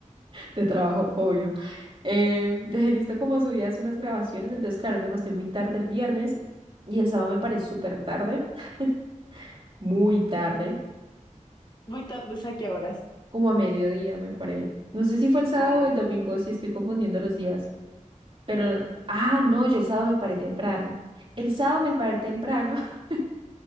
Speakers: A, on the right; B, on the left.
A: de trabajo, obvio. Eh, dejé listo como subidas unas grabaciones, entonces, claro, me acosté muy tarde el viernes y el sábado me paré súper tarde, <laughs> muy tarde.
B: Muy tarde, ¿a qué horas?
A: como a mediodía, me paré. No sé si fue el sábado
B: Ah,
A: o el domingo, si estoy confundiendo los días, pero, ah, no, yo el sábado me paré temprano. El sábado me paré temprano. <laughs>